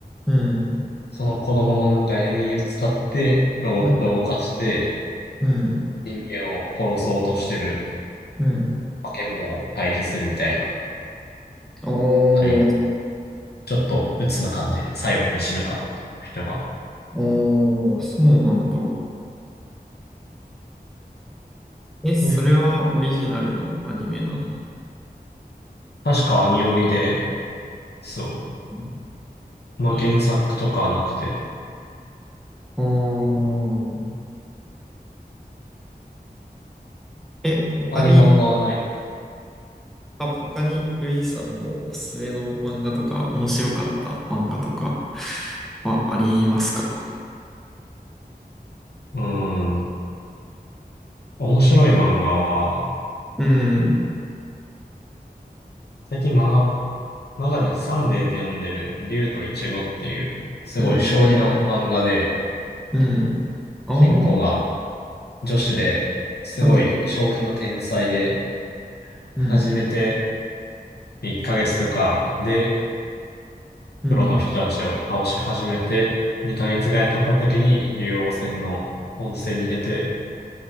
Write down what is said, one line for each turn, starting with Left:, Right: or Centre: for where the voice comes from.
Centre: うん、
Left: その子供のなんかエネルギーを使って、ロボットを動かして、
Centre: うん、うん、
Left: 人間を殺そうとしてる
Centre: うん。
Left: 化け物を退治するみたいな
Centre: おー、
Left: アニメ。ちょっと鬱な感じ。最後に死ぬから、人が。
Centre: おー、そうなんだ。え、それはオリジナルのアニメなの
Left: うん確かアニオリで、そ
Centre: うん
Left: う。まあ、
Centre: え、
Left: 原作とかはなくて、
Centre: あーえ、他に
Left: 他に漫画はない。
Centre: あ、他にルイさんのおすすめの漫画とか、面白かった漫画とかはありますか
Left: うーん。面白い漫画は、
Centre: うん、
Left: 最近漫画マガジンサンデーで読んでる、竜とイチゴっていう、すごい将棋の漫画で、
Centre: うん、うん。ああ、
Left: 主人公が女子で、すごい将棋の天才で、
Centre: うん、
Left: 始めて
Centre: うん、
Left: 1ヶ月とかで、
Centre: うん。
Left: プロの人たちを倒し始めて、2ヶ月ぐらい経った時に、竜王戦の本戦に出て、